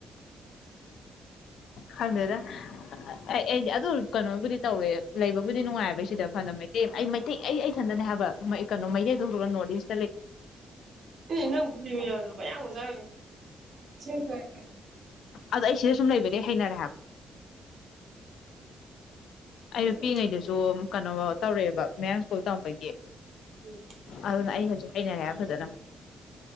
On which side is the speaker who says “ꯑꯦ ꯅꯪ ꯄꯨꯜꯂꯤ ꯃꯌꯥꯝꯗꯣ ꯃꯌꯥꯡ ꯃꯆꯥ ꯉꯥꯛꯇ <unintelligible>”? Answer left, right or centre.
Right